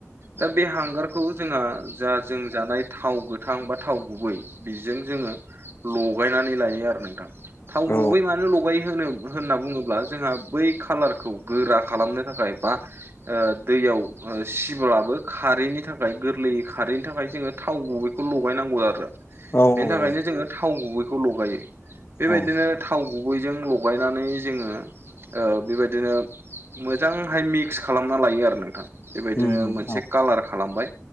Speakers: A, on the right; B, on the left.
A: दा बे हांगारखौ जोंहा जा जों जानाय। थाव गोथां बा थाव गुबै बेजों जोङो लगायनानै लायो आरो नोंथां। थाव गुबै
B: औ
A: मानो लगायो होनो। होनना बुङोब्ला जोंहा बै खालारखौ गोरा खालामनो थाखाय बा। दैयाव सिब्लाबो खारैनि थाखाय गोरलैै खारैनि थाखाय जोङो थाव गुबै। बेखौ लगायनांगौ आरो
B: उम
A: बेनि थाखायनो जोङो थाव गुबैखौ लगायो।
B: औ
A: बिदिनो थाव गुबैजों लगायनानै जोङो बेबायदिनो। मोजांहाय मिक्स खालामना लायो आरो नोंथां। बेबायदिनो
B: उम
A: मोनसे
B: उम
A: कालार खालामबाय